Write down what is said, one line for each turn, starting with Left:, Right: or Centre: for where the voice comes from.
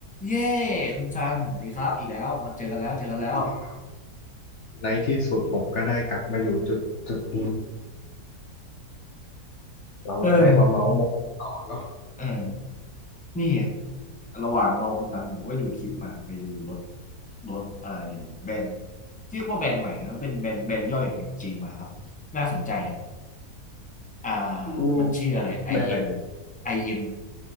Centre: เย้คุณซันสวัสดีครับอีกแล้วมันเจอกันแล้วเจอกันแล้ว
Left: วันนี้ในที่สุดผมก็ได้กลับมาอยู่จุดจุดนี้เราจะได้มาเมาส์มอยต่อเนาะ
Centre: เออเออนี่ระหว่างรอคุณซันผมก็ไปดูคลิปมาไปดูรถรถอะไรแบรนด์เรียกว่าแบรนด์ใหม่นะเป็นแบรนด์แบรนด์ย่อยของบีเอ็มจีมาครับน่าสนใจอ่า
Left: มัน
Centre: มันชื่ออะไร IM
Left: แบรนด์อะไร
Centre: ็มไอเอ็ม